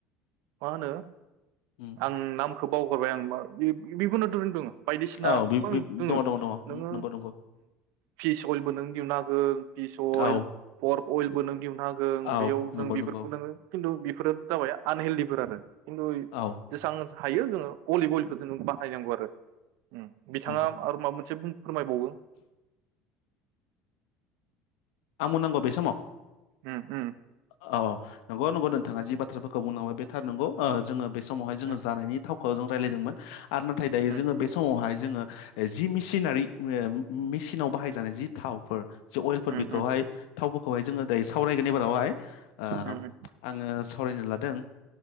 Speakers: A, on the right; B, on the left.
A: मा होनो
B: उम
A: आं नाम खौ बावगारबाय आं मा बिखुनु धोर दोङो बायदिसिना
B: औ बे
A: गोबां
B: बे
A: दोङो
B: दङ दङ दङ
A: नोङो
B: नंगौ नंगौ
A: फिस अइलबो नों दिहुननो हागोन पिस अइल
B: औ
A: कर अइलबो नों दिहु हागोन
B: औ
A: बेयाव
B: नंगौ
A: नों बेफोरखौ
B: नंगौ
A: नोङो खिन्थु बेफोरो जाबाय आनहेल्डिफोर आरो खिन्थु
B: औ
A: बेसेसां हायो जोङो भलि बयलखौ जोङो बाहायनांगौ आरो उम बिथाङा
B: नंगौ
A: आरो माबा मोनसे फोरमायबावो
B: आंनो बुंनांगौ बे समाव
A: उ उ
B: औ नंगौ नंगौ नोंथाङा जि बा थ्राफोरखौ बुंनांबाय बे थार नंगौ जोङो बे समावहाय जोङो
A: उम
B: जानायनि थाव गावजों रायज्लायदोंमोन आरो नाथाय दायो
A: उम
B: जोङो बे समावहाय जोङो। जि मेसिनारि मेसिनाव बाहायजानाय जि थावफोर जो अइलफोर
A: उम
B: बे खौहाय
A: उम
B: थावफोरखौहाय जोङो दायो सावरायगोननि बारावहाय ओ
A: उम
B: आङो सावरायनो लादों